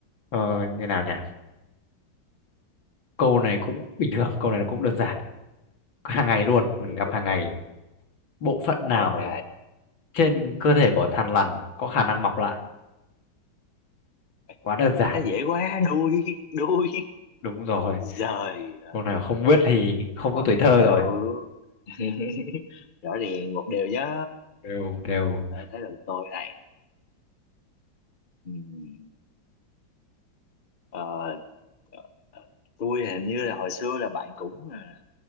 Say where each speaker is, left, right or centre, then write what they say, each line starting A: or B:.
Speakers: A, on the left; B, on the left.
A: ờ, như nào nhỉ câu này cũng bình thường câu này cũng đơn giản hàng ngày luôn
B: được
A: gặp
B: được
A: hàng
B: được
A: ngày bộ phận nào
B: ok
A: ở trên cơ thể của thằn lằn có khả năng mọc lại
B: Ê,
A: quá đơn giản
B: thế dễ quá đuôi đuôi
A: đúng rồi
B: giời ơi
A: câu nào không biết thì không
B: một
A: có tuổi thơ
B: đều
A: rồi
B: <laughs> rõ ràng một điều nhá
A: đều đều
B: Đấy, tới lần tôi này Ừm, ờ, ờ, ờ, tôi hình như là hồi xưa là bạn cũng à,